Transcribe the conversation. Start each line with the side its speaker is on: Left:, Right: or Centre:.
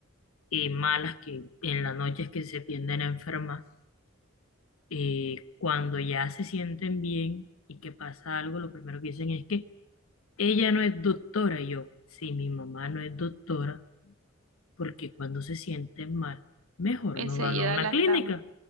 Left: eh, malas que en la noche es que se tienden a enfermar, eh, cuando ya se sienten bien y que pasa algo, lo primero que dicen es que ella no es doctora. Y yo, sí, mi mamá no es doctora porque cuando se sienten mal, mejor
Right: enseguida
Left: no van a una
Right: la
Left: clínica.
Right: están,